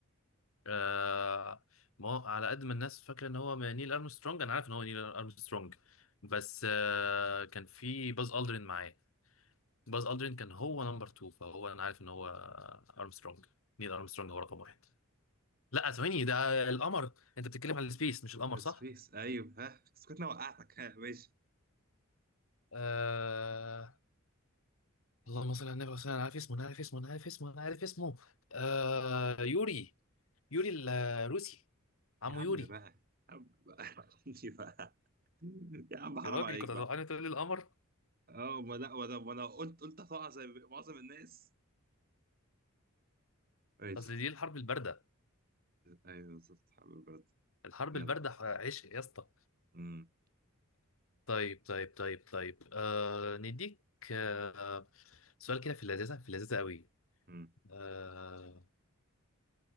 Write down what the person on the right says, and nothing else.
السبيس
ايوه ها بس كنت انا وقعتك ها ماشي
يا عم
بقى يا عم بقى <laughs> عندي بقى يا عم حرام
عليك
بقى
اه ما لا ما انا ما أنا قلت قلت هتقع زي معظم الناس ماشي
ايوه بالظبط حبيبي برد
جدع
امم
امم